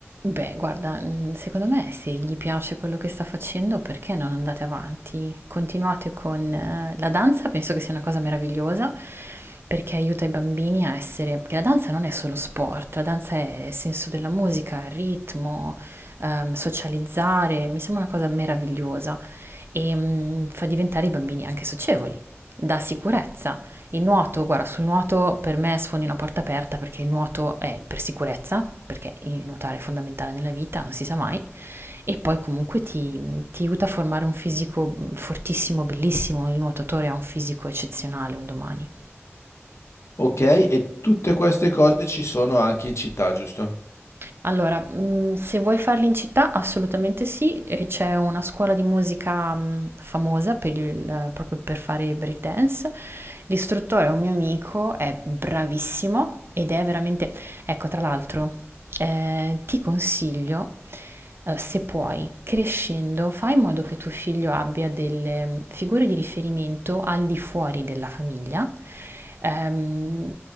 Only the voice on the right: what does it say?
Beh, guarda, mhmm, secondo me se gli piace quello che sta facendo, perché non andate avanti? Continuate con eh, la danza, penso che sia una cosa meravigliosa, perché aiuta i bambini a essere perché la danza non è solo sport, la danza è senso della musica, ritmo, ehm, socializzare, mi sembra una cosa meravigliosa e mm, fa diventare i bambini anche socievoli, dà sicurezza. Il nuoto, guarda, sul nuoto per me sfondi una porta aperta perché il nuoto è per sicurezza, perché il nuotare è fondamentale nella vita, non si sa mai, e poi comunque ti, ti aiuta a formare un fisico fortissimo, bellissimo, il nuotatore ha un fisico eccezionale un domani.
Allora, mhmm, se vuoi farli in città assolutamente sì, e c'è una scuola di musica, mhmm, famosa per il proprio per fare break dance. L'istruttore è un mio amico, è bravissimo ed è veramente ecco tra l'altro, ehm, ti consiglio, uhm, se puoi, crescendo, fai in modo che tuo figlio abbia delle mm, figure di riferimento al di fuori della famiglia. Ehm,